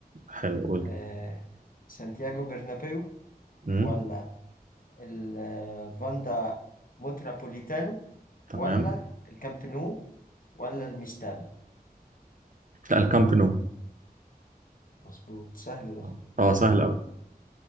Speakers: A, on the right; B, on the left.
A: حلو قول
B: آه سانتياغو برنابيو
A: امم
B: ولا الفاندا مترابوليتانو
A: تمام
B: ولا الكامب نو ولا الميستال
A: لا الكامب نو
B: مظبوط سهل ده
A: اه آه، سهل قوي